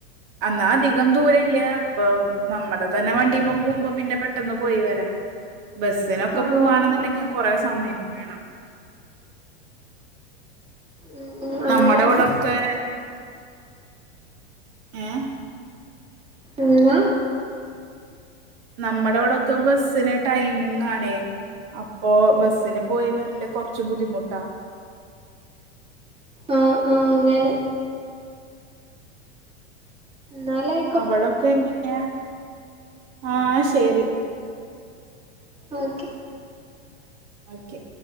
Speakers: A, on the right (about 60°); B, on the right (about 20°).
A: അന്നാ അധികം ദൂര ഇല്ല അപ്പൊ നമ്മടതന്നെ വണ്ടിയമ്മ പോകുമ്പോ പിന്നെ പെട്ടന്ന് പോയി വരാം ബസ് ഇതിനൊക്കെ
B: ആഹ്
A: പൂവാണെന്നുണ്ടെങ്കി
B: ആഹ് ആഹ്
A: കൊറെേ സമയം വേണം
B: ഉം ഉം അങ്ങനൊക്കെ
A: നമ്മട ഇവടൊക്കെ ഏഹ്
B: അങ്ങനാ
A: നമ്മടെവിടൊക്കെ ബസ്സിന് ടൈമിംഗ് ആണേ അപ്പൊ ബസ്സിന് പോയി വരല് കൊറച്ച് ബുദ്ധിമുട്ടാ
B: ആഹ് അങ്ങനെ ന്നാലെ
A: അവടൊക്കെ എങ്ങനെയാ ആ ശരി
B: ഓക്കെ
A: ഓക്കെ